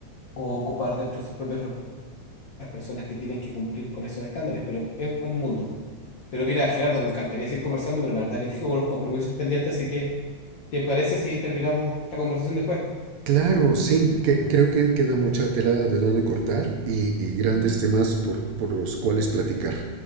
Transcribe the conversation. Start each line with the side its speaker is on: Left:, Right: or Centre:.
Left: o ocupar dentro de sus propios recursos las personas que tienen que cumplir con esos estándares, pero es un mundo. Pero mira, Gerardo, me encantaría seguir conversando, pero la verdad que tengo unos compromisos pendientes, así que ¿te parece si terminamos esta conversación después?
Right: Claro, sí, que, creo que queda mucha tela de dónde cortar y, y grandes temas por, por los cuales platicar.